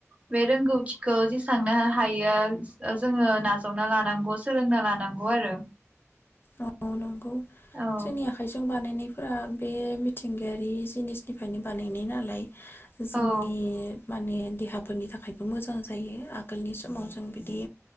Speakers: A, on the right; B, on the left.
A: बे रोंगौथिखौ जेसेबांनो हायो। जोङो नाजावना लानांगौ सोलोंना लानांगौ आरो।
B: औ नंगौ
A: औ
B: जोंनि आखाइजों बानायनाय। फ्रा बे मिथिंगायारि जिनिसनिफ्रायनो बानायनाय नालाय। जोंनि
A: औ
B: माने देहाफोरनि थाखायबो मोजां जायो आगोलनि समाव जों बिदि